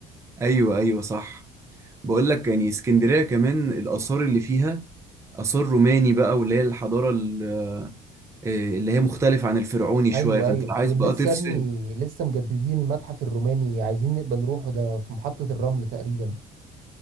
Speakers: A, on the right; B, on the right.
A: ايوه ايوه صح بقول لك يعني اسكندرية كمان الآثار اللي فيها آثار روماني بقى واللي هي الحضارة ال- آه، اللي هي مختلفة عن الفرعوني شوية
B: ايوه
A: فأنت
B: ايوه
A: لو عايز
B: دول
A: بقى
B: لسه
A: تفصل
B: يا ابني لسه مجددين المتحف الروماني عايزين نبقى نروحه ده في محطة الرمل تقريبا